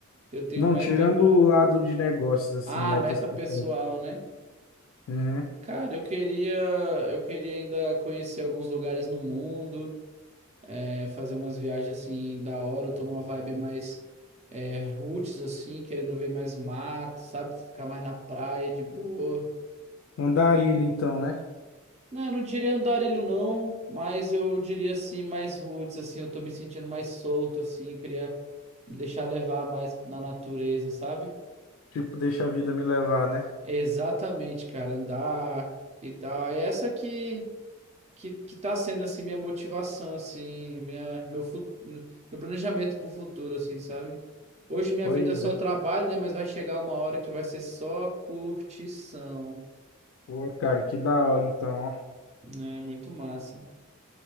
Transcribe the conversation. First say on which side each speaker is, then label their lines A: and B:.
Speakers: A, on the right; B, on the left.
A: Eu tenho
B: Não,
A: meta.
B: tirando o lado de negócios, assim,
A: Ah,
B: metas
A: meta
B: pessoais.
A: pessoal, né?
B: Uhum.
A: Cara, eu queria, eu queria ainda conhecer alguns lugares no mundo. é, fazer umas viagens assim da hora. Eu tô numa vibe mais é, roots, assim, querendo ver mais o mato, sabe? Ficar mais na praia de boa.
B: Andarilho, então, né?
A: Não, eu não diria andarilho, não, mas eu diria assim, mais roots, assim, eu tô me sentindo mais solto, assim, eu queria me deixar levar mais na natureza, sabe?
B: Tipo, deixa a vida me levar, né?
A: Exatamente, cara, andar e tal. Aí essa que. que, que tá sendo assim minha motivação assim, minha meu fu- meu planejamento pro futuro assim, sabe? Hoje minha
B: Pois
A: vida é só
B: é.
A: trabalho, né, mas vai chegar uma hora que vai ser só curtição.
B: Pô, cara, que da hora, então, ó.
A: É muito massa.